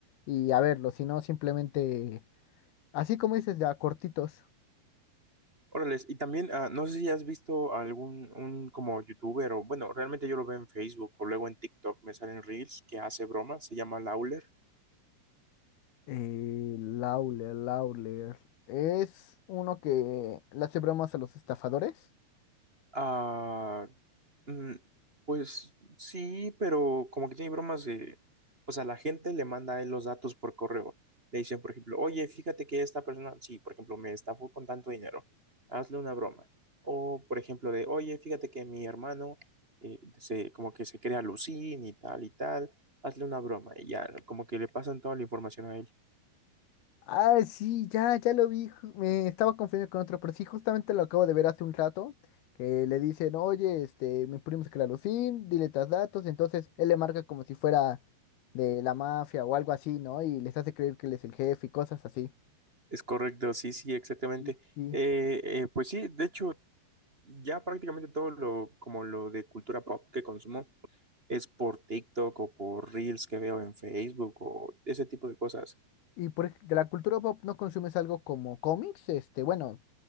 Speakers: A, on the left; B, on the right.
A: y a verlo, sino simplemente, así como dices, ya cortitos.
B: Órales, y también, ah, no sé si has visto algún un como youtuber o, bueno, realmente yo lo veo en Facebook o luego en TikTok, me salen reels que hace bromas, se llama Lawler.
A: Eh, Lawler, Lawler. Es uno que le hace bromas a los estafadores.
B: Ah, Mm, Pues sí, pero como que tiene bromas de, o sea, la gente le manda a él los datos por correo. Le dicen, por ejemplo, oye, fíjate que esta persona, sí, por ejemplo, me estafó con tanto dinero, hazle una broma. O, por ejemplo, de, oye, fíjate que mi hermano eh, se, como que se crea Lucín y tal y tal, hazle una broma. Y ya, como que le pasan toda la información a él.
A: Ah, sí, ya, ya lo vi. ju- Me estaba confundiendo con otro, pero sí, justamente lo acabo de ver hace un rato. Que le dicen, oye, este, mi primo es Clarosín, dile tus datos. Entonces él le marca como si fuera de la mafia o algo así, ¿no? Y les hace creer que él es el jefe y cosas así.
B: Es correcto, sí, sí, exactamente.
A: Sí. Y,
B: Eh, eh, pues sí, de hecho, ya prácticamente todo lo, como lo de cultura pop que consumo. es por TikTok o por Reels que veo en Facebook o ese tipo de cosas.
A: y por ej- de la cultura pop no consumes algo como cómics, este, bueno,